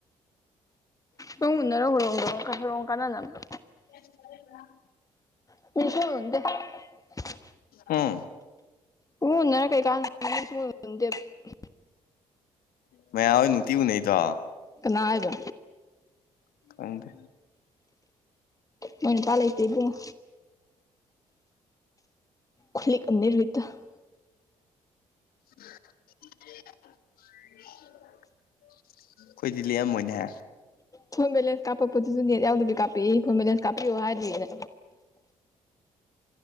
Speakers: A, on the left (about 20°); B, on the left (about 65°).
A: ꯅꯪ ꯎꯅꯔꯥ ꯍꯣꯏꯔꯣꯡꯗꯣ ꯍꯣꯏꯔꯣꯡ ꯀꯥꯟꯅꯅꯕꯗꯣ
B: <unintelligible>
A: <unintelligible>
B: ꯍꯝ
A: ꯅꯪ ꯎꯟꯅꯔ ꯀꯩ ꯀꯥꯥꯟꯗꯦ <unintelligible>
B: ꯃꯌꯥꯝ ꯅꯨꯡꯇꯤ ꯎꯅꯩꯗꯣ
A: ꯀꯅꯥ ꯍꯥꯏꯕ
B: <unintelligible>
A: ꯃꯣꯏꯅ ꯄꯥꯂꯇꯕꯨꯨꯡ ꯈꯂꯤꯅꯤ <unintelligible>
B: <unintelligible> ꯈꯣꯏꯗꯤ ꯂꯤꯑꯝꯃꯣꯏꯅꯦ
A: ꯐꯣꯟ ꯕꯦꯂꯦꯟꯁ ꯀꯥꯞꯄꯛꯄꯣꯠꯇꯁꯨ ꯅꯦꯠ ꯌꯥꯎꯗꯕꯤ ꯀꯥꯞꯄꯤꯏ ꯐꯣꯟ ꯕꯦꯂꯦꯟꯁ ꯀꯥꯞꯄꯤꯌꯑꯣ ꯍꯥꯏꯗ꯭ꯔꯤꯅꯦ